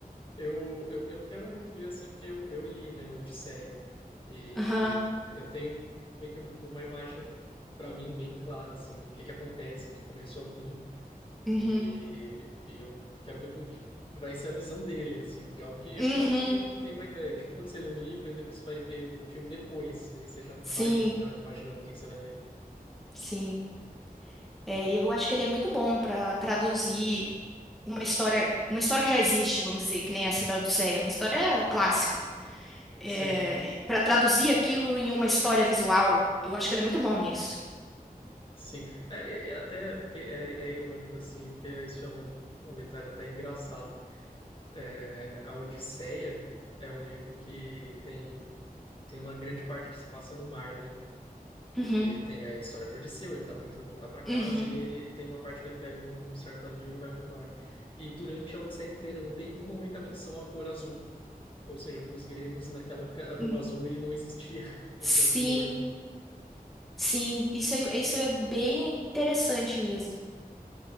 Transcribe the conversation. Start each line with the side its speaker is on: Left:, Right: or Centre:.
Left: eu, eu, eu quero muito ver assim, porque eu, eu li, né, Odisseia. E
Centre: Aham.
Left: eu tenho meio que uma imagem para mim bem clara assim do que que acontece do começo ao fim.
Centre: Uhum.
Left: E, e eu quero ver como que vai ser a visão dele, assim, de algo que eu
Centre: Uhum.
Left: já meio que tenho uma ideia. Tipo, quando você lê um livro e depois você vai ver o filme depois, aí você já
Centre: Sim,
Left: vai já imaginando o que que você vai ver.
Centre: sim. É, eu acho que ele é muito bom para traduzir uma história, uma história que já existe, vamos dizer, que nem essa da Odisseia, uma história clássica. É,
Left: Sim,
Centre: para traduzir aquilo em uma história visual, eu acho que ele é muito bom nisso.
Left: sim. É, é- é até porque é, é irônico, assim, porque isso é um, um detalhe até engraçado. É, a Odisseia é um livro que tem, tem uma grande parte que se passa no mar, né?
Centre: Uhum,
Left: Porque tem a história do Odisseu, ele tá tentando voltar para casa
Centre: uhum.
Left: e ele tem uma parte que ele pega um, um certo navio e vai pro mar. E durante a Odisseia inteira não tem uma única menção à cor azul. Ou seja, para os gregos, naquela época,
Centre: Hum,
Left: <laughs> o azul ele não existia <laughs> enquanto
Centre: Sim,
Left: cor.
Centre: sim. Isso é, isso é bem interessante mesmo.